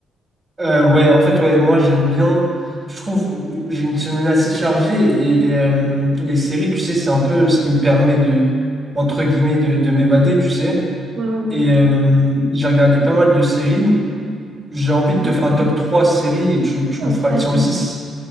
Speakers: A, on the right; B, on the right.
A: Euh, ouais, en fait, ouais, moi j'aime bien. Je trouve que j'ai une semaine assez chargée et euh, les séries, tu sais, c'est un peu ce qui me permet de, entre guillemets, de, de m'évader, tu sais.
B: Ouais, ouais,
A: Et
B: ouais,
A: euh, j'ai regardé pas mal de séries. J'ai envie de
B: non
A: te faire un top 3 séries et tu, tu
B: Oh,
A: me feras
B: vas-y,
A: le tien aussi.